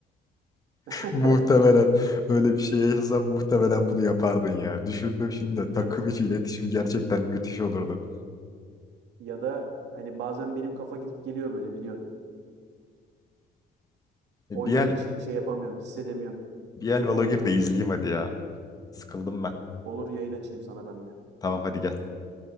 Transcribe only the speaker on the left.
Muhtemelen öyle bir şey yaşasan muhtemelen bunu yapardın ya. Düşündüm şimdi de takım
içi iletişim gerçekten müthiş olurdu.
E,
bir el,
bir
el Valor'u
gir de
izleyeyim hadi ya. Sıkıldım ben.
Tamam hadi gel.